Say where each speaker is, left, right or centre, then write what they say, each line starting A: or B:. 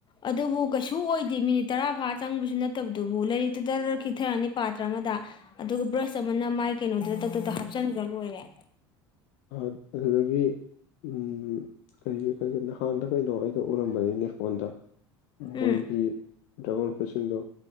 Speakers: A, on the left; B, on the left.
A: ꯑꯗꯨꯕꯨ ꯀꯩꯁꯨ ꯑꯣꯏꯗꯦ ꯃꯤꯅꯤꯠ ꯇꯔꯥ ꯐꯥ ꯆꯪꯕꯁꯨ ꯅꯠꯇꯕꯗꯨꯕꯨ ꯂꯥꯏꯔꯤꯛꯇꯨꯗ ꯈꯤꯛꯊꯔꯛꯑꯅꯤ ꯄꯥꯇ꯭ꯔ ꯑꯃꯗ ꯑꯗꯨꯒ ꯕ꯭ꯔꯁ ꯑꯃꯅ ꯃꯥꯏ ꯀꯩꯅꯣꯗꯨꯗ ꯇꯛ ꯇꯇ ꯍꯥ ꯞ ꯆꯟꯈ꯭ꯔ ꯂꯣꯏꯔꯦ
B: ꯑ ꯑꯗꯨꯗꯒꯤ ꯎꯝ ꯀꯔꯤꯒꯤ ꯀꯔꯤꯒꯦ ꯅꯍꯥꯟꯗ ꯀꯩꯅꯣ ꯑꯩꯗ ꯎꯔꯝꯕꯅꯤꯅꯦ ꯐꯣꯟꯗ ꯃꯣꯏꯒꯤ
A: ꯎꯝ
B: ꯗ꯭ꯔꯥꯒꯣꯟ ꯐ꯭ꯔꯨꯏꯠꯁꯤꯡꯗꯣ